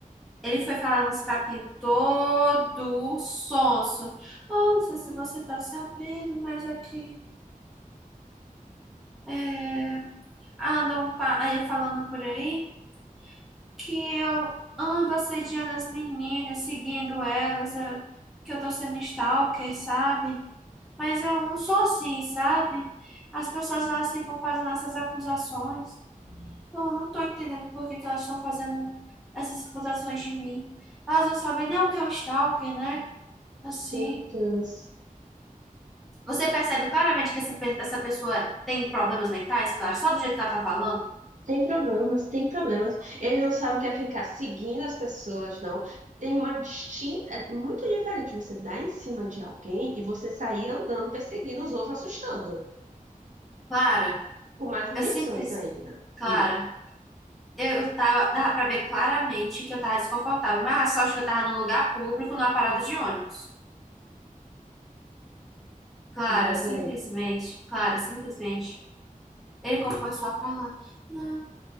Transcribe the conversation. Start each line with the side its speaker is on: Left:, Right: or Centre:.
Centre: Ele foi falar uns papinhos todo sonso. Oh, não sei se você tá sabendo, mas aqui. é. que, andam pa- eh, falando por aí que eu ando assediando as meninas, seguindo elas, eu- que eu tô sendo stalker, sabe? Mas eu não sou assim, sabe? As pessoas elas ficam fazendo essas acusações. Eu não tô entendendo por que que elas estão fazendo essas acusações de mim. Elas não sabem nem o que é um stalker, né? Assim.
Right: Meu Deus.
Centre: Você percebe claramente que essa, pe- essa pessoa tem problemas mentais, claro, só do jeito que ela tá falando?
Right: Tem problemas, tem problemas. Ele não sabe o que é ficar seguindo as pessoas, não. Tem uma distinta. É muito diferente você dar em cima de alguém e você sair andando, perseguindo os outros, assustando.
Centre: Clara,
Right: Com mais intenções
Centre: eu simples.
Right: ainda.
Centre: Clara.
Right: Hum,
Centre: Eu tava, dava pra ver claramente que eu tava desconfortável, mas a sorte que eu tava no lugar público, numa parada de ônibus. Clara,
Right: ainda
Centre: simplesmente,
Right: bem.
Centre: Clara, simplesmente. Ele começou a falar: Não,